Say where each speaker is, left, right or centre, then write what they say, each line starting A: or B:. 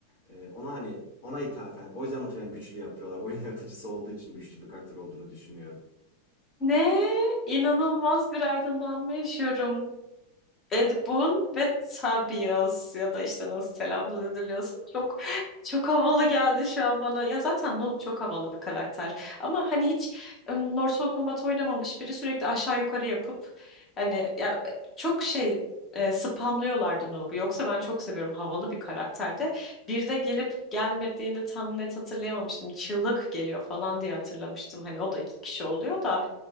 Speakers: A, on the left (about 55°); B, on the left (about 25°).
A: E, ona hani ona ithafen o yüzden muhtemelen güçlü yapıyorlar. Oyun yaratıcısı olduğu için güçlü bir karakter olduğunu düşünüyorum.
B: Ne? İnanılmaz bir aydınlanma yaşıyorum. Ed Boon ve Tobias ya da işte nasıl telaffuz ediliyorsa çok çok havalı geldi şu an bana. Ya zaten Nook çok havalı bir karakter. Ama hani hiç ım, Mortal Kombat oynamamış biri sürekli aşağı yukarı yapıp hani ya çok şey e, spamlıyorlardı Noob'u. Yoksa ben çok seviyorum havalı bir karakterde. Bir de gelip gelmediğini tam net hatırlayamamıştım. Çığlık geliyor falan diye hatırlamıştım. Hani o da iki kişi oluyor da